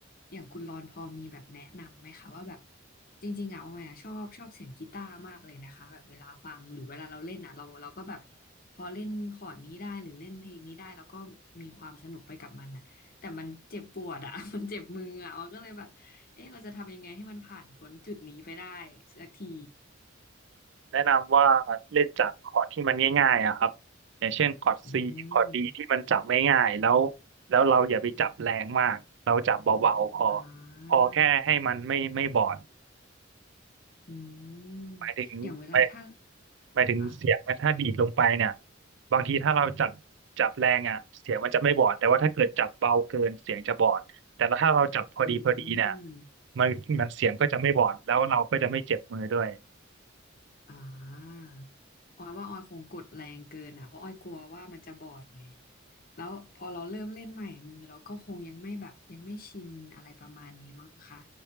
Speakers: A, on the left (about 45°); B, on the right (about 65°).
A: อย่างคุณรอนพอมีแบบแนะนำไหมคะว่าแบบจริงๆอ่ะออยอ่ะชอบชอบเสียงกีตาร์มากเลยนะคะแบบเวลาฟังหรือเวลาเราเล่นอ่ะเราเราก็แบบพอเล่นคอร์ดนี้ได้หรือเล่นเพลงนี้ได้แล้วก็มีความสนุกไปกับมันอ่ะแต่มันเจ็บปวดอ่ะ <laughs> มันเจ็บมืออ่ะออยก็เลยแบบเอ๊ะเราจะทำยังไงให้มันผ่านพ้นจุดนี้ไปได้สักที
B: แนะนำว่าเล่นจากคอร์ดที่มันง่ายๆอะครับอย่างเช่นคอร์ดซีคอร์ด
A: อืม
B: D ที่มันจับง่ายๆแล้วแล้วเราอย่าไปจับแรงมากเราจับเบาๆพอ
A: อ่
B: พอแค่ให้มันไม่ไม่บอด
A: าอืมอย่างเวลาถ้า
B: หมายถึงหมายหมายถึงเสียงถ้าดีดลงไปเนี่ย
A: ค่ะ
B: บางทีถ้าเราจับจับแรงอ่ะเสียงมันจะไม่บอดแต่ว่าถ้าเกิดจับเบาเกินเสียงจะบอดแต่ถ้าเราจับพอดีพอดีเนี่ย
A: อืม
B: มันมันเสียงก็จะไม่บอดแล้วเราก็จะไม่เจ็บมือด้วย
A: อ่าออยว่าออยคงกดแรงเกินอ่ะ เพราะออยกลัวว่ามันจะบอดไง แล้วพอเราเริ่มเล่นใหม่มือเราก็คงยังไม่แบบยังไม่ชินอะไรประมาณนี้มั้งคะ